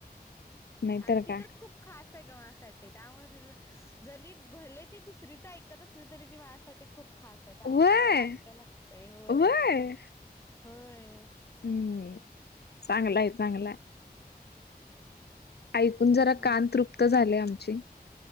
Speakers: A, on the left (about 80°); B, on the left (about 15°).
A: नाहीतर
B: आणि ती
A: काय.
B: तर खूप खात- मासाठीत्यामुळे त जरी भले ती दुसरीच ऐकत असली तरी ती माझ्यासाठीठी खूप खास आहे त्यामुळे
A: व्हय
B: जरा ऐकायला लागतंय होय.
A: व्हय.
B: होय.
A: हम्म चांगल आहे चांगलय. ऐकून जरा
B: हम्म.
A: कान तृप्त झाले आमचे.